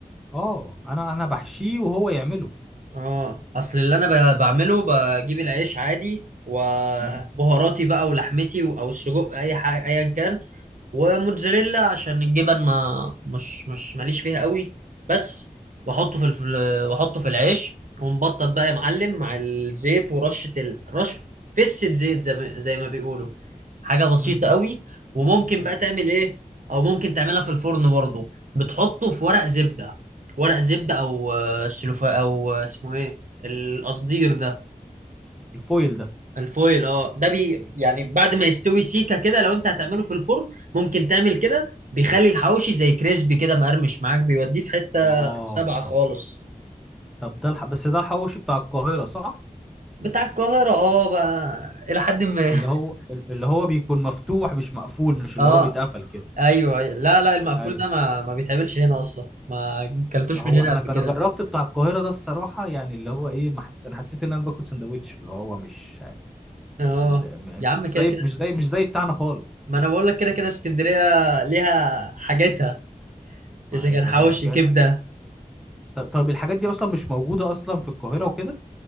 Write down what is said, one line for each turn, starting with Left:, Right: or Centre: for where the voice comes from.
Centre: اه انا انا بحشيه وهو يعمله
Right: اه اصل اللي انا ب- بعمله بجيب العيش عادي وبهاراتي
Centre: مم.
Right: بقى ولحمتي و- او السجق اي حاجه ايا كان وموتزاريلا عشان الجبن ما مش مش ماليش فيها قوي بس واحطه في الف... واحطه في العيش ومبطط بقى يا معلم مع الزيت ورشه ال... رش فسه زيت زي ما... زي ما بيقولوا حاجه بسيطه
Centre: مم.
Right: قوي وممكن
Centre: ايوه
Right: بقى تعمل ايه او ممكن تعملها في الفرن برضو بتحطه في ورق زبده ورق زبدة او آه، سلوفا او آه، اسمه ايه القصدير ده
Centre: الفويل ده
Right: الفويل اه ده بي يعني بعد ما يستوي سيكة كده لو انت هتعمله في الفرن ممكن تعمل كده بيخلي الحواوشي زي كريسبي كده مقرمش معاك بيوديه في حتة
Centre: اه
Right: سبعة خالص
Centre: طب ده الح... بس ده الحواوشي بتاع القاهرة صح
Right: بتاع القاهرة اه بقى إلى حد ما
Centre: اللي هو <laughs> اللي هو بيكون مفتوح مش مقفول
Right: <laughs>
Centre: مش اللي
Right: اه
Centre: هو بيتقفل كده
Right: ايوه لا لا المقفول
Centre: ايوه
Right: ده ما ما بيتعملش هنا اصلا ما كلتوش
Centre: هو
Right: من هنا
Centre: انا
Right: قبل
Centre: انا
Right: كده
Centre: جربت بتاع القاهرة ده الصراحة يعني اللي هو ايه ما حس... انا حسيت ان انا باخد سندوتش اللي هو مش
Right: اه
Centre: ال- م-
Right: يا عم
Centre: مش
Right: كده
Centre: زي
Right: كده
Centre: مش زي مش زي بتاعنا خالص
Right: ما انا بقول لك كده كده اسكندرية ليها حاجتها
Centre: ما
Right: اذا
Centre: هي
Right: كان
Centre: ما
Right: حواوشي
Centre: هي بجد
Right: كبدة
Centre: ط- طيب الحاجات دي اصلا مش موجوده اصلا في القاهره وكده